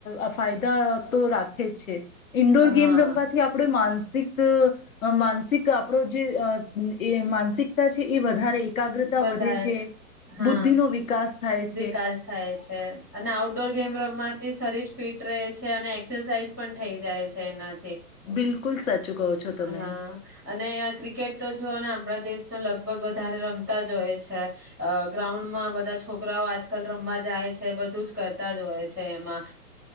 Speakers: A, on the left; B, in the centre.
A: અ ફાયદા તો રાખે જ છે ઇન્ડોર
B: હા
A: ગેમ રમવાથી આપણે માન માનસિક અ માનસિક આપડો જે અ એ માનસિકતા છે એ વધારે એકાગ્રતા
B: બધા
A: વધે છે
B: હા
A: બુદ્ધિનો વિકાસ થાય છે
B: વિકાસ થાય છે અને આઉટડોર ગેમ રમાંથી શરીર ફિટ ટ્રે છે અને એક્રસાઝ પણ થઈ જાય છે એના
A: બિલકુલ સાચું કહો છો તમે
B: હા અને ક્રિકેટ તો જોઓ ને આપણા દેશ લગભગ વધારે રમ તા જોઈ છે ગ્રાઉન્ડમાં બધા છોકરાઓ આજકાલ રમવા જાય છે બધું જ કરતા જોય છે એમાં